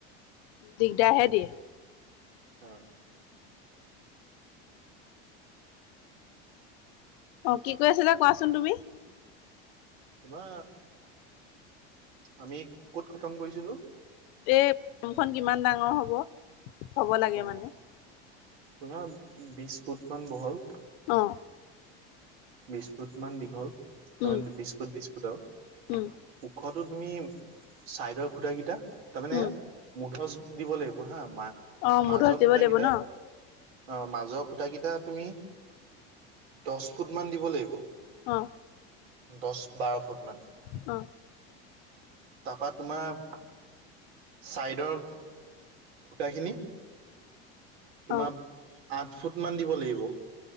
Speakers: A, on the left; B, on the right.
A: দিগদাৰ হে দিয়ে।
B: উম
A: অ কি কৈ আছিলা কোৱাচোন তুমি?
B: কিবা আমি ক'ত খতম কৰিছিলোঁ।
A: এই ফমখন কিমান ডাঙৰ হ'ব, হ'ব লাগে
B: অ
A: মানে
B: তোমাৰ বিশ ফুট মান বহল।
A: অ
B: বিশ ফুট মান দীঘল তাৰমান
A: উম
B: বিশ ফুট বিশ ফুট আৰু
A: উম
B: ওখত তো তুমি চাইডৰ খুঁটাকেইটা তাৰ মানে
A: উম
B: মুধচ দিব লাগিব হা মা
A: অ মুধচ
B: মাজৰ
A: দিব
B: খুঁটাকেইটাত
A: লাগিব ন
B: অ', মাজৰ খুঁটাকেইটা তুমি, দশ ফুট মান দিব লাগিব।
A: অ
B: দছ বাৰ ফুট মান।
A: অ
B: তাৰপা তোমাৰ চাইডৰ খুটাখিনি তোমাক
A: অ
B: আঠ ফুট মান দিব লাগিব।